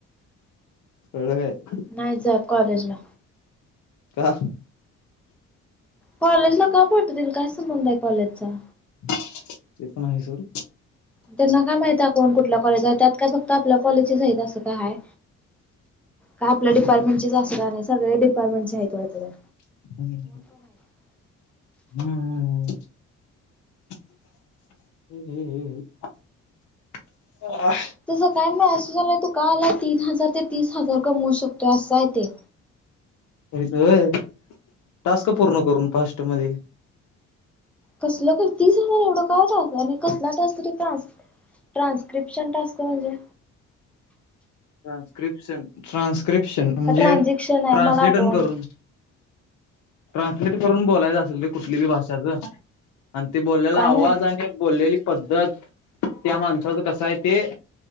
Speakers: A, on the left (about 70°); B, in the centre.
A: कळलं कायं.
B: नाही जात कॉलेजला.
A: का?
B: कॉलेजला का पाठवतील काय संबंध आहे कॉलेजचा.
A: तेे पण आहे सोड.
B: त्यांना काय माहित आहे कोण कुठल्या कॉलेज आहे त्यात काय फक्त आपल्या कॉलेजच आहेत असं काय आहे. काय आपल्या डिपार्टमेंटच असं नाही सगळे डिपार्टमेंटचे आहेत बघ त्याज्यात.
A: <unintelligible> <unintelligible>
B: तुझ काय मेसेज आलंय तु का आलायं. तीन हजार ते तीस हजार कमवू शकतोय असायं ते.
A: होय टास्क
B: हा
A: पूर्ण करून फास्ट मध्ये.
B: कसलं खर तीस हजार एवढं काय टास्क आणि कसला टास्क ते टास्क. ट्रान्स्क्रिप्शन टास्क म्हणजे?
A: ट्रान्स्क्रिप्शन, ट्रान्स्क्रिप्शन म्हणजे
B: का ट्रान्झॅक्शन आहे
A: ट्रान्सलेटन
B: मला आठवना.
A: करून. ट्रान्सलेट करून बोलायचं असेल ते कुठली बी भाषाचं. आणि ती बोललेला
B: काय
A: आवाज
B: माहित
A: आणि बोललेली. पद्धत त्या माणसाचं कसं आहे, ते